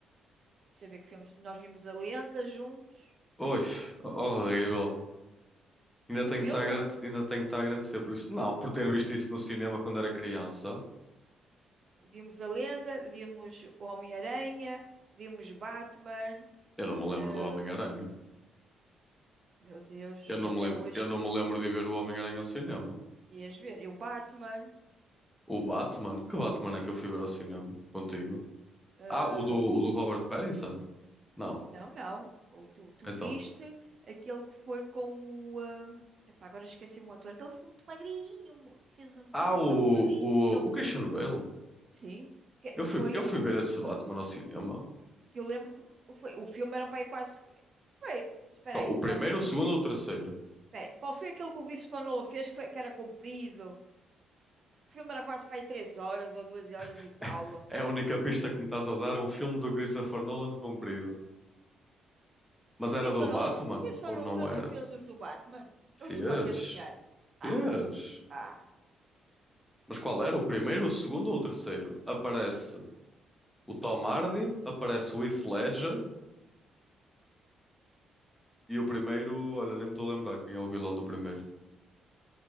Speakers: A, on the right; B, in the centre.
A: Deixa eu ver que filmes. Nós vimos a Lenda juntos.
B: Oi, horrível. Ainda
A: O
B: tenho
A: filme?
B: que estar a agrade- ainda tenho que estar a agradecer por isso. Não, por ter visto isso no cinema quando era criança.
A: Vimos a Lenda, vimos o Homem-Aranha, vimos Batman.
B: Eu não me lembro
A: ah,
B: do Homem-Aranha.
A: meu Deus,
B: Eu não
A: até
B: me lembro...
A: hoje
B: eu não me lembro de ir ver o Homem-Aranha ao cinema.
A: ias ver. E o Batman.
B: O Batman? Que Batman é que eu fui ver ao cinema contigo?
A: ah,
B: Ah, o do, o do Robert Pattinson? Não.
A: não, não. O- Tu, tu
B: Então.
A: viste aquele que foi com o. ah, epá, agora esqueci-me o ator. Aquele que ficou muito magrinho, mo- que fez uma
B: Ah,
A: coisa para
B: o,
A: ficar muito magrinho.
B: o, o Christian Bale.
A: Sim. Que,
B: Eu
A: que
B: fui,
A: foi
B: eu
A: o.
B: fui
A: o-
B: ver esse Batman ao cinema.
A: Que eu lembro que foi. O filme era para aí quase. que- Foi. Espera
B: Qual-
A: aí,
B: O primeiro,
A: não, eu, tô-
B: o
A: eu,
B: segundo ou o terceiro?
A: Peraí, qual foi aquele que o Christopher Nolan fez que, foi- que era comprido? O filme era quase para aí 3 horas ou 2 horas
B: <laughs>
A: e tal.
B: É a única pista que me estás a dar, um filme do Christopher Nolan comprido. Mas
A: O
B: era
A: Christopher
B: do Batman
A: Nolan, o Christopher
B: ou
A: Nolan
B: não
A: fez-
B: era?
A: não fez os do Batman?
B: Fez,
A: Eu estou para aqui a sonhar.
B: fez.
A: Ah, ah.
B: Mas qual era? O primeiro, o segundo ou o terceiro? Aparece o Tom Hardy, aparece o Heath Ledger e o primeiro, olha, nem me estou a lembrar quem é o vilão do primeiro.